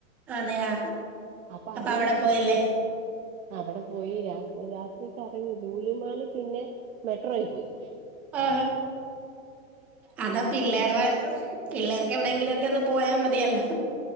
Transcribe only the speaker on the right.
അപ്പൊ അതിലും
കേറി
അവിടെ പോയി രാത്രിക്ക് രാത്രി കറങ്ങ ലൂലുമാളി പിന്നെ മെട്രോയി പോയി